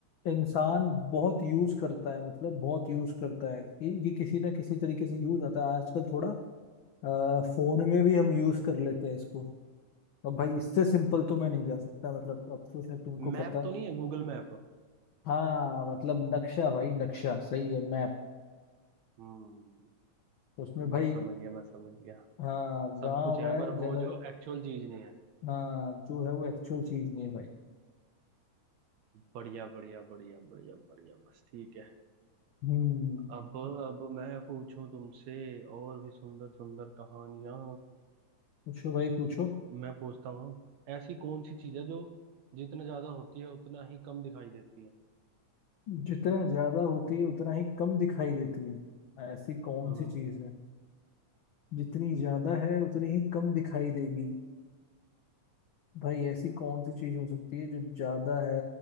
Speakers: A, on the left; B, on the right.
A: इंसान बहुत यूज करता है मतलब बहुत यूज करता है ये ये किसी ना किसी तरीके से यूज आता है आजकल थोड़ा आ, फोन में भी हम यूज कर लेते हैं इसको अब भाई इससे सिंपल तो मैं नहीं जा सकता मतलब अब तो शायद तुमको
B: मैप
A: पता
B: तो नहीं है गूगल मैप
A: हाँ मतलब नक्शा भाई नक्शा सही है मैप
B: हम्म
A: उसमें भाई
B: बस समझ गया मैं समझ गया
A: हाँ
B: सब
A: गांव
B: कुछ है
A: है
B: पर वो
A: जंगल
B: जो एक्चुअल चीज नहीं है
A: हाँ जो है वो एक्चुअल चीज नहीं है भाई
B: बढ़िया बढ़िया बढ़िया बढ़िया बढ़िया बस ठीक है
A: हम्म
B: अब अब मैं पूछूं तुमसे और भी सुंदर सुंदर कहानियां
A: पूछो भाई पूछो
B: मैं पूछता हूँ ऐसी कौन सी चीज है जो जितना ज्यादा होती है उतना ही कम दिखाई देती है
A: जितना ज्यादा होती है उतना ही कम दिखाई देती है ऐसी कौन
B: हम्म
A: सी चीज है जितनी ज्यादा है उतनी ही कम दिखाई देगी भाई ऐसी कौन सी चीज हो सकती है जो ज्यादा है